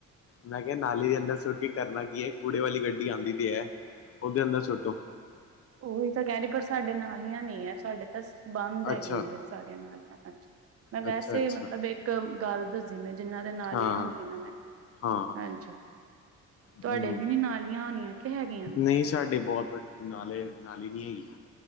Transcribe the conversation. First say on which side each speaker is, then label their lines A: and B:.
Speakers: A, on the left; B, on the right.
A: ਮੈਂ ਕਿਹਾ ਨਾਲੀ ਦੇ ਅੰਦਰ ਸੁੱਟ ਕੇ ਕਰਨਾ ਕੀ ਏ। ਕੂੜੇ ਵਾਲੀ ਗੱਡੀ ਆਂਦੀ ਤੇ ਐ। ਉਹਦੇ ਅੰਦਰ ਸੁੱਟੋ।
B: ਉਹੀ ਤਾਂ ਕਹਿ ਰਹੀ ਪਰ ਸਾਡੇ ਨਾਲੀਆਂ ਨਹੀਂ ਹੈ ਸਾਡੇ ਤਾਂ ਬੰਦ ਹੈਗੀਆਂ
A: ਅੱਛਾ
B: ਵ ਸਾਰੀਆਂ ਨਾਲੀਆ ਹਾਂਜੀ। ਮੈਂ ਵੈਸੇ
A: ਅੱਛਾ ਅੱਛਾ
B: ਮਤਲਬ ਇੱਕ, ਗੱਲ ਦੱਜੀ ਮੈਂ ਜਿੰਨਾਂ ਨਾਲੀਆਂ
A: ਹਾਂ
B: ਹੁੰਦੀਆਂ,
A: ਹਾਂ ਹਾਂ
B: ਹਾਂਜੀ।
A: ਹਾਂ
B: ਤੁਹਾਡੇ
A: ਹਮ
B: ਵੀ ਨੀ ਨਾਲੀਆਂ ਹੋਣੀਆ ਕਿ ਹੈਗੀਆ,
A: ਨਹੀਂ ਸਾਡੇ ਬਹੁ ਨਾਲੇ ਨਾਲੀ ਹੀ ਨਹੀ ਹੈਗੀ।